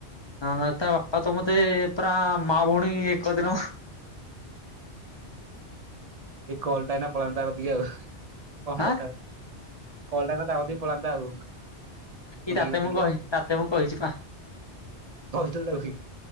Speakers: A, on the left; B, on the right.
A: ହଁ ତା ବାପା ତ ମତେ ପୁରା ମା, ଭଉଣୀ ଏକ କରିଦେଲେ
B: ଏ କଲଟା ଏଇନା ପଳାନ୍ତା ତାକତିକି ଆଉ କଣ
A: ଆଁ
B: କଥା କଲଟା ତାକତି ପଳାନ୍ତା ଆଉ ମଗେଇ
A: ଏଇ ତାତେ
B: ଗପିକି
A: ମୁଁ କହି
B: ଆଉ
A: ତାତେ ମୁଁ କହିଛି ପା
B: କହିଥିଲି ତାକୁ